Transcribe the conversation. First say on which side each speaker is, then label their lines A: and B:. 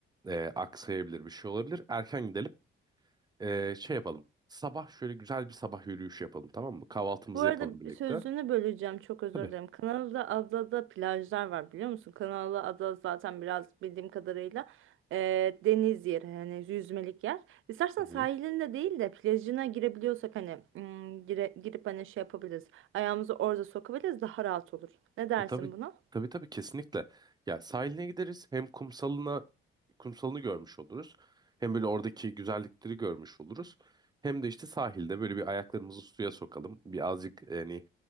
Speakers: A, on the right; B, on the right.
A: E, aksayabilir bir şey olabilir. Erken gidelim. E, şey yapalım. Sabah şöyle güzel bir sabah yürüyüşü yapalım tamam mı? Kahvaltımızı
B: Bu arada
A: yapalım birlikte.
B: sözünü böleceğim çok özür
A: Tabii.
B: dilerim. Kanalı'da adada plajlar var biliyor musun? Kanalı ada zaten biraz bildiğim kadarıyla e, deniz yeri yani yüzmelik yer. İstersen
A: Hı
B: sahilinde
A: hı.
B: değil de plajına girebiliyorsak hani mm, gire- girip hani şey yapabiliriz. Ayağımızı orada sokabiliriz daha rahat olur. Ne dersin
A: E, tabii
B: buna?
A: tabii tabii kesinlikle. Ya sahiline gideriz hem kumsalına kumsalını görmüş oluruz. Hem böyle oradaki güzellikleri görmüş oluruz. Hem de işte sahilde böyle bir ayaklarımızı suya sokalım. Bir azıcık yani